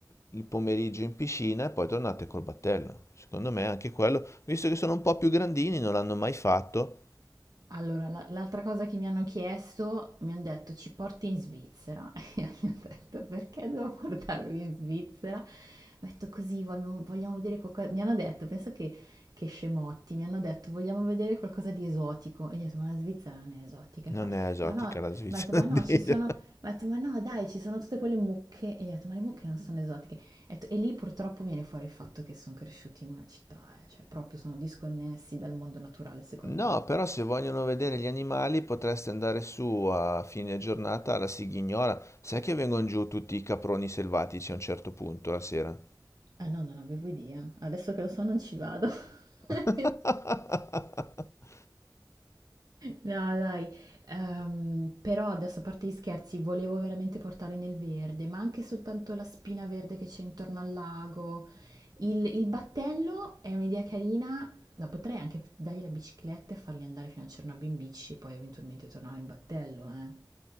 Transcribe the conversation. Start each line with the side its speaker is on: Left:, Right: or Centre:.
Left: il pomeriggio in piscina e poi tornate col battello. Secondo me anche quello, visto che sono un po' più grandini, non l'hanno mai fatto.
Right: Allora, la- l'altra cosa che mi hanno chiesto, mi hanno detto ci porti in Svizzera. <laughs> E io gli ho detto perché devo portarvi in Svizzera? Ho detto così, vogliamo, vogliamo vedere qualcosa. Mi hanno detto, pensa che, che scemotti, mi hanno detto vogliamo vedere qualcosa di esotico. E gli ho detto ma la Svizzera non è esotica.
Left: Non
Right: E fa,
Left: è esotica
Right: ma no, ma ho
Left: la Svizzera
Right: detto ma
Left: <laughs>
Right: no,
Left: dire.
Right: ci sono, ma ho detto ma no dai, ci sono tutte quelle mucche. E gli ho detto ma le mucche non sono esotiche. Ho detto, e lì purtroppo viene fuori il fatto che sono cresciuti in una città, eh, cioè proprio sono disconnessi dal mondo naturale secondo
Left: No,
Right: me.
Left: però se vogliono vedere gli animali potreste andare su a fine giornata alla Sighignora. Sai che vengono giù tutti i caproni selvatici a un certo punto la sera?
Right: Ah no, non avevo idea. Adesso che lo so non ci vado. <laughs>
Left: <laughs>
Right: No, dai. Ehm, però adesso a parte gli scherzi, volevo veramente portare nel verde, ma anche soltanto la spina verde che c'è intorno al lago. Il, il battello è un'idea carina. No, potrei anche dargli la bicicletta e farli andare fino a Cernobbio in bici e poi eventualmente tornare in battello, eh.